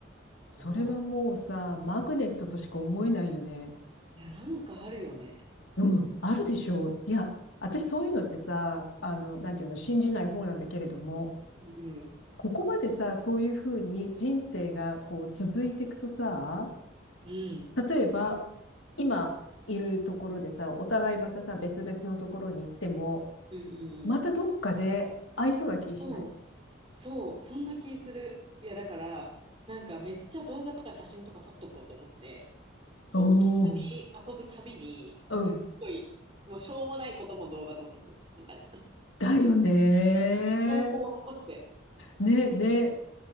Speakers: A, on the right (about 30°); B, on the left (about 80°).
A: そ
B: それはもうさ、マグネットとしか思えないよね。
A: う。いや、なんかあるよね。
B: うん、あるでしょう。いや、私そういうのってさ、あの、なんていうの、信じない方なんだけれども、
A: うん。
B: ここまでさ、そういうふうに人生がこう続いていくとさ、
A: うん。
B: 例えば、今いるところでさ、お互いまたさ、別々のところに行っても、
A: うんうんうん。
B: またどっかで会いそうな気しない
A: そう、そう、そんな気する。いや、だから、なんかめっちゃ動画とか写真とか撮っとこうと思って、
B: おー、
A: こう一緒に遊ぶたびに、すっごい、
B: うん。
A: もうしょうもないことも動画撮っとく、みたいな。
B: だよね
A: 投稿を残して。
B: ー。ね、ね。